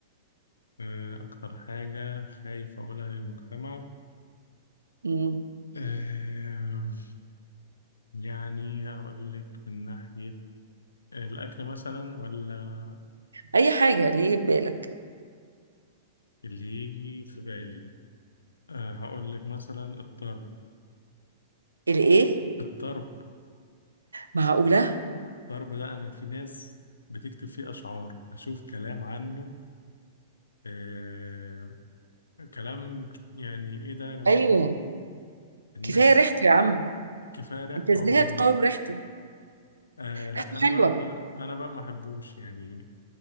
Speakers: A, on the left; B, on the right.
A: آه، اكتر حاجه خايف اقولها للمجتمع
B: مم.
A: آه، يعني هقول لك من ناحيه الأكل مثلا ولا
B: اي حاجة ليه في بالك
A: اللي يجي في بالي أه هقول لك مثلا الطرب
B: الايه
A: الطرب
B: معقولة
A: الطرب ده أنا في ناس بتكتب فيه أشعار بشوف كلام عنه أه كلام ك- يعني إيه ده يا جماعة
B: ايوه
A: الناس
B: كفاية ريحته يا عم
A: كفاية ريحته
B: انت ازاي
A: أول
B: هتقاوم
A: ده.
B: ريحته
A: أه لا
B: ريحته
A: أنا
B: حلوة
A: بقى ما أنا بقى ما أحبوش يعني